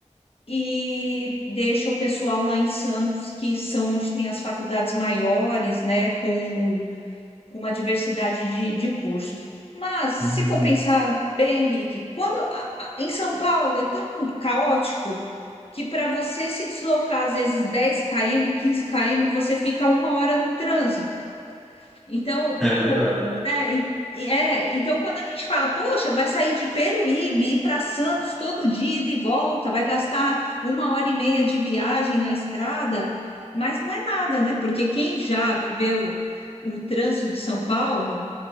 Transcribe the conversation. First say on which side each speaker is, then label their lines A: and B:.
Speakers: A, on the left (about 50°); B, in the centre.
A: e deixa o pessoal lá em Santos, que são onde tem as faculdades maiores, né, com, com uma diversidade de, de cursos. Mas, se
B: Uhum.
A: for pensar bem, Henrique, quando a- a- em São Paulo é tão caótico que para você se deslocar, às vezes, dez km, quinze km, você fica uma hora no trânsito. Então,
B: É verdade.
A: o- né, e- e é, então quando a gente fala, poxa, vai sair de Peruíbe, ir para Santos todo dia ida e de volta, vai gastar uma hora e meia de viagem na estrada, mas não é nada, né? Porque quem já viveu o trânsito de São Paulo